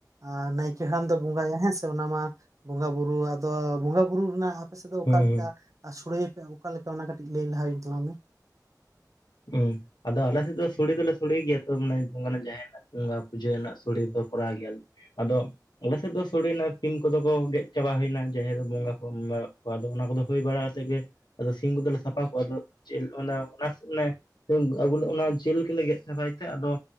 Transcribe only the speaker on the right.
ᱟᱜᱸ ᱱᱟᱭᱠᱮ ᱦᱟᱲᱟᱢ ᱫᱚ ᱵᱚᱸᱜᱟᱭᱟ ᱦᱮᱸ ᱥᱮ ᱚᱱᱟ ᱢᱟ ᱵᱚᱸᱝᱟ ᱵᱩᱨᱩ ᱟᱫᱚ ᱵᱚᱸᱝᱟ ᱵᱩᱨᱩ ᱨᱮᱱᱟᱜ ᱟᱯᱮ ᱥᱮᱫ ᱫᱚ
ᱚᱠᱟ ᱞᱮᱠᱟ ᱟᱜᱸ ᱥᱩᱲᱟ ᱭᱟᱯᱮ ᱚᱠᱟ ᱞᱮᱠᱟ ᱚᱱᱟ ᱠᱟᱹᱴᱤᱡ ᱞᱟᱹᱭ ᱞᱟᱦᱟ ᱣᱤᱧ ᱛᱟᱞᱟᱝ ᱢᱮ